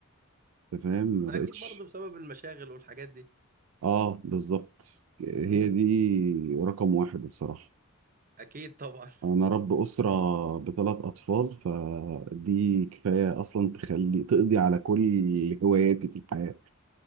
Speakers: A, on the right; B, on the right.
A: أنت فاهم ما
B: فاكيد
A: بقتش
B: برضه بسبب المشاغل والحاجات دي
A: اه بالظبط هي
B: مهم.
A: دي رقم واحد الصراحه
B: اكيد طبعا <laughs>
A: انا رب اسره بثلاث اطفال فدي كفايه اصلا تخلي تقضي على كل هواياتي في الحياه